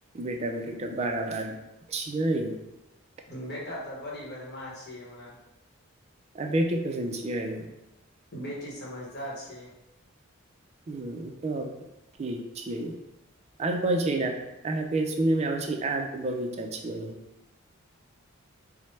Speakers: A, on the right (about 30°); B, on the left (about 50°).
A: बेटा बेटी तऽ बड़ा भार छियै। <unintelligible>
B: बेटा तऽ बड़ी बदमााँ छियै हमरा। <unintelligible>
A: आ बेटी कसन छियइ। <unintelligible>
B: बेटी समझदार छै। <unintelligible>
A: ह्म त ठीक छियै आर कहै छैिय ने अहाँके सुनयमे अबै छै आत बगीचा छियै। <unintelligible>